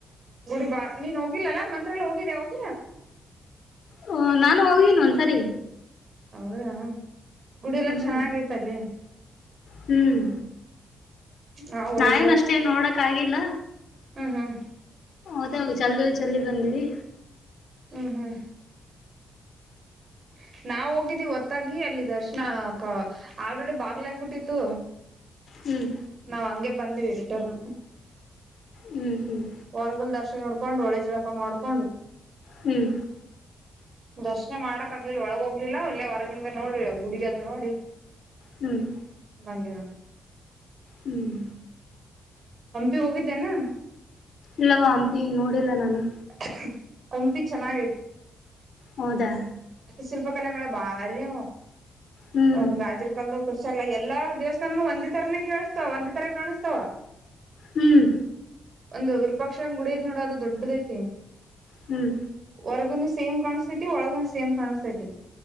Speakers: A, on the right; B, on the left.
A: ಗುಡಿ ಬಾ ನೀನ್ ಹೋಗಿಲ್ಲಲ್ಲಾ ಮಂತ್ರಲ್ಲ ಹೋಗಿದ್ದೆ ಅವಾಗ
B: ಹ ನಾನು ಹನ್ ಒಂದ್ಸರಿ
A: ಹೌದಾ ಗುಡಿ ಎಲ್ಲಾ
B: ಹ್ಮ್
A: ಚೆನ್ನಾಗ ಐತಲ್ಲಿ
B: ಹ್ಮ್
A: ನಾವು ಹೋಳಿ
B: ನಾವೇನ್ ಅಷ್ಟೇ ನೋಡಕ್ ಆಗಿಲ್ಲ
A: ಹಾ ಹಾ
B: ಮತ್ತೋಗ ಚಲ್ ಚಲ್ಲಿ ಬಂದೀವಿ
A: ಹ್ಮ ಹ್ಮ ಹ ನಾವ ಹೋಗಿದ್ದೀ ಹೊತ್ತಾಗಿ ಅಲ್ಲಿ ದರ್ಶನ ಆಲ್ರೆಡಿ ಬಾಗ್ಲ ಹಾಕ್ಬಿಟ್ಟಿತ್ತು
B: ಹ್ಮ್
A: ನಾವವು ಹಂಗೆ ಬಂದಿವವಿ ರಿಟರ್ನ್
B: ಹ್ಮ್ ಹ್ಮ್
A: ಹೊರ್ಗಲ್ ದರ್ಶ ನೋಡ್ಕೊಂಡು ಹೊಳಿ ಜಳಪ ಮಾಡ್ಕೊಂಡು
B: ಹ್ಮ್
A: ದರ್ಶನ ಮಾಡಕ್ ಆಗ್ಲಿಲ್ಲ ಒಳಗೋಗ್ಲಿಲ್ಲ ಇಲ್ಲೇ ಹೊರಗಿಂದ ನೋಡ್ರ ಗುಡಗದ ನೋಡಿ
B: ಹ್ಮ್
A: ಬನ
B: ಹ್ಮ್
A: ಹಂಪಿ ಹೋಗಿದ್ದೇನಾ.
B: ಇಲ್ಲವಾ ಅಂಪಿ ನೋಡಿಲ್ಲ ನಾನು.
A: ಹ್ಮ್ಮ್ ಹಂಪಿ ಚನಾಗೆತಿ.
B: ಹೌದಾ.
A: ಶಿಲ್ಪಕಲೆಗಳ ಬಾರಿ ಅವ
B: ಹ್ಮ್
A: ಅವು ರಾಜರ್ ಕಲ್ದಾವ್. ಕುಡ್ಸರ್ಲ್ಲಾ ಎಲ್ಲಾ ದೇವಸ್ಥಾನನು ಒಂದೇ ತರನೆ ಕೇಳುಸ್ತಾವ್ ಒಂದೆ ತರ ಕಾಣುಸ್ತಾವ.
B: ಹ್ಮ್.
A: ಒಂದ್ ವಿರಪಕ್ಷನ್ ಗುಡಿ ಐತ್ ನೋಡ ಅದು ದೊಡ್ಡುದೈತಿ
B: ಹ್ಮ್
A: ಹೊರ್ಗುನು ಸೇಮ್ ಕಾಣಸ್ತತ್. ಒಳಗುನು ಸೇಮ್ ಕಾಣುಸ್ತಾತಿ.